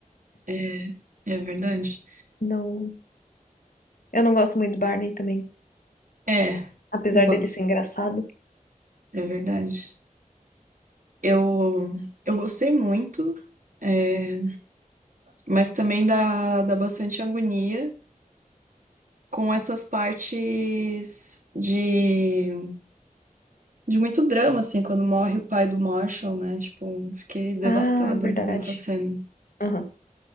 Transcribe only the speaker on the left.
Não... Eu não gosto muito do Barney também,
apesar
dele ser engraçado.
Ah, é verdade.
Aham,